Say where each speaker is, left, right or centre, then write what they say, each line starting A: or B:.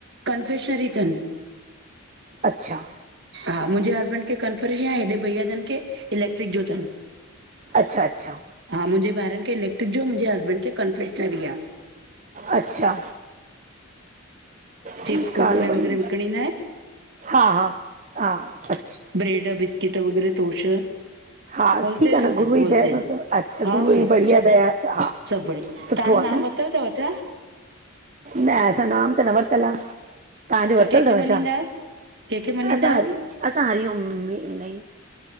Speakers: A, on the right; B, on the right.
A: कन्फेशनरी अथनि
B: अच्छा
A: हा मुंहिंजे हसबैंड खे कंफर्श जी आहे, हेॾे भईयाजनि खे इलेक्ट्रिक जो तनि।
B: अच्छा अच्छा
A: हा मुंहिंजे ॿारनि खे इलेक्ट्रिक जो, मुंहिंजे हस्बैंड खे कंफेशनरी आ।
B: अच्छा
A: चिप्स
B: ठीकु
A: कुरकुरे
B: आ हलो वरी,
A: वग़ैरह विकिणींदा आहिनि
B: हा हा हा अच्छा।
A: ब्रेड, बिस्किट वगैरह तोश
B: हा
A: होलसेल
B: ठीकु आ
A: जो
B: न
A: तनि
B: गुरूअ जी
A: होलसेल,
B: दया सां सभु अच्छा
A: हा
B: गुरूअ
A: सभु
B: जी बढ़िया
A: सभु
B: दया सां हा
A: सभु बढिया।
B: सुठो
A: तव्हांजो
B: आ
A: नाम
B: न,
A: वतलु तव छा?
B: न असां नाम त न वरितलु आ। तव्हांजो
A: त
B: वरितलु
A: कंहिंखे
B: तव
A: मञींदा
B: छा?
A: आहियो? कंहिंखे मञींदा
B: असां
A: आहियो?
B: हरि असां हरिओम में वेंदा आहियूं।